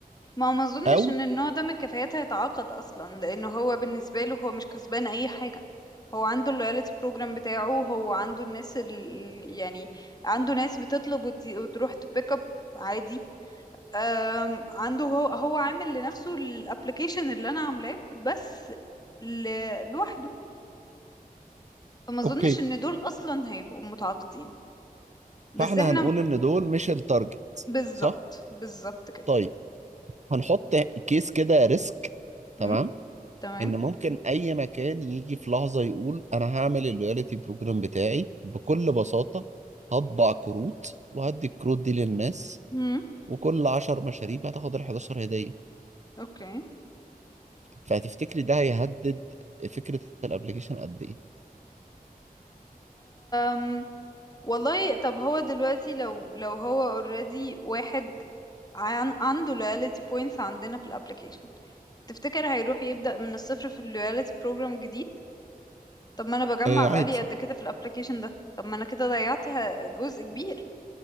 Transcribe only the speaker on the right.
او
اوكي
فاحنا
هنقول ان دول مش التارجت
صح
طيب هنحط كيس كده ريسك تمام
ان ممكن اي مكان يجي في لحظه يقول انا هعمل اللويالتي بروجرام بتاعي بكل بساطه هطبع كروت وهدي الكروت دي للناس
وكل 10 مشاريب هتاخد ال 11 هديه
فهتفتكري ده هيهدد فكره الابلكيشن قد ايه؟
آه
عادي